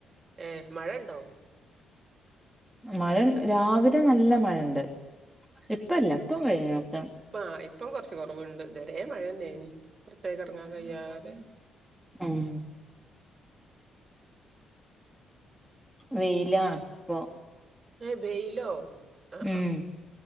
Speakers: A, on the right (about 35°); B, in the centre.
A: ഏഹ് മഴണ്ടോ?
B: മഴ രാവിലെ നല്ല മഴണ്ട്. ഇപ്പല്ല ഇപ്പം വെയില്ലാട്ടോ
A: പ്പ ഇപ്പം കൊറച്ച് കൊറവ്ണ്ട്. ഇതരേ മഴന്നെനി പുറത്തേക്ക് ഇറങ്ങാൻ കയ്യാതെ.
B: ഏഹ് വെയിലാ പ്പൊ
A: ഏഹ് വെയ്ലോ അഹ്
B: ഉം
A: ആഹ്